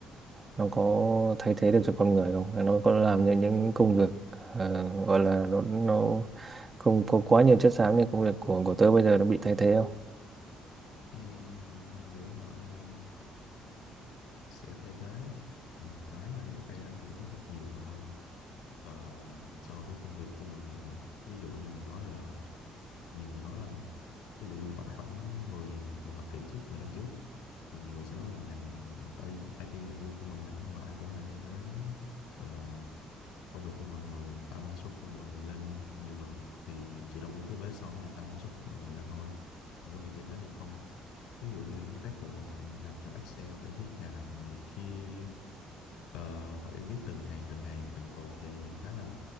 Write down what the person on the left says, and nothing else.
Ừm, mình không nghĩ là AI sẽ thay thế mình đoán là AI nó sẽ giúp được nhiều hơn ờ, cho cái công việc của mọi người thôi ví dụ như mình nói là nhiều người nói là ví dụ như khoảng khoảng 10 một thập kỷ trước mười năm trước thì nhiều người sẽ nói là ngành ơi, IT là vua của mọi ngành đúng không và IT có thể thay thế gọi là công việc của mọi người tăng năng suất của mọi người lên nhiều lần thì mình chỉ đồng ý cái vế sau đó là tăng năng suất của mọi người lên thôi còn cái việc thay thế thì không ví dụ như những cái tác vụ mà bạn làm trong Excel phải viết hàm này kia ờ, phải viết từng hàng từng hàng từng cột vậy thì khá là